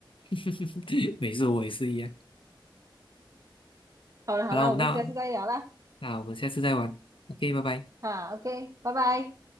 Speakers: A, on the left; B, on the right.
A: <laughs> 没事，我也是一样。
B: 好了好了，
A: 好了，我们那
B: 我们下次再聊啦。
A: 那我们下次再玩。OK，拜拜。
B: 啊，OK，拜拜。